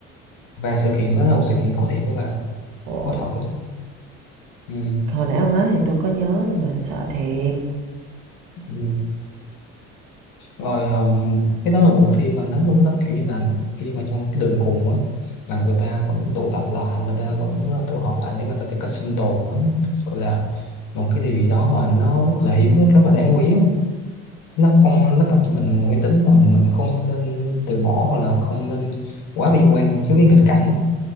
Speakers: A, on the left; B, on the right.
A: và sự kiện đó là một sự kiện có thiệt các bạn
B: Ồ.
A: có thật á ừ.
B: hồi nãy ông nói thì tôi có nhớ nhưng mà sợ thiệt
A: Ừ. rồi um, cái đó là bộ phim mà nó nó kiểu như là khi mà trong cái đường cùng á mà người ta vẫn tụ tập lại người ta vẫn tụ họp lại để người ta tìm cách sinh tồn á thực sự là một cái điều gì đó mà nó rất là hiếm rất là đáng quý á. nó không nó tập cho mình một cái tính là mình không nên từ bỏ hoặc là không nên quá bi quan trước cái nghịch cảnh